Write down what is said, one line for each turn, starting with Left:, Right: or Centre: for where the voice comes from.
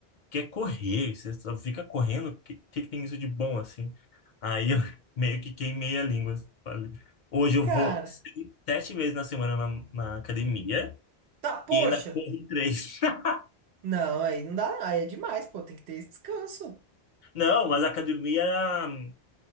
Left: quer correr? Você só fica correndo? Que, que que tem isso de bom, assim? Aí eu <laughs> meio que queimei a língua, falei. Hoje eu
Right: Cara,
Left: vou se- sete vezes na semana na, na academia
Right: tá, poxa.
Left: e ainda corro três. <laughs>
Right: Não, aí não dá, aí é demais, pô, tem que ter esse descanso.
Left: Não, mas a academia é hum,